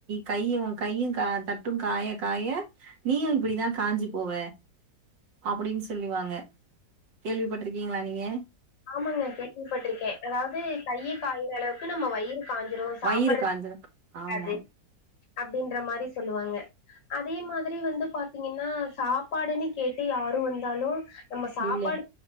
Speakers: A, on the right; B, on the left.
A: கையும கையும் கா தட்டு காயக் காய நீயும் இப்பிடிதா காஞ்சி போவ அப்பிடின்னு சொல்லுவாங்க கேள்விப்பட்டிருக்கீங்களா நீங்க
B: ஆமாங்க கேள்விப்பட்டிருக்கே அதாவது கையு காயுற அளவுக்கு நம்ம வயிறு காஞ்சிரும் சாப்புட்றது
A: வயிறு காஞ்சிரு ஆமா
B: அது அப்பிடின்ற மாதிரி சொல்லுவாங்க அதே மாதிரி வந்து பாத்தீங்கன்னா சாப்பாடுன்னு கேட்டு யாரு வந்தாலு நம்ம சாப்பாடு
A: இல்ல